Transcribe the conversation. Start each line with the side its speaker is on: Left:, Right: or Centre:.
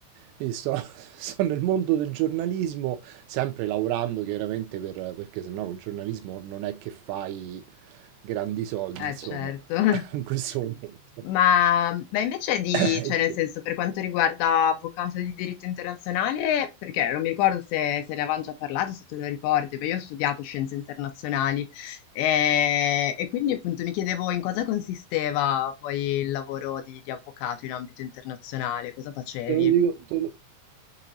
Right: Quindi sto, <laughs> sto nel mondo del giornalismo, sempre lavorando chiaramente per, perché sennò col giornalismo non è che fai grandi soldi,
Left: Eh
Right: insomma,
Left: certo, <laughs>
Right: <laughs> in questo momento. <clears throat>
Left: ma, ma invece di,
Right: <laughs>
Left: cioè
Right: E
Left: nel
Right: te
Left: senso per quanto riguarda avvocato di diritto internazionale, perché non mi ricordo se, se ne avevamo già parlato, se te lo ricordi, ma io ho studiato scienze internazionali e, e quindi appunto mi chiedevo in cosa consisteva poi il lavoro di, di avvocato in ambito internazionale, cosa facevi?
Right: te lo dico, te lo-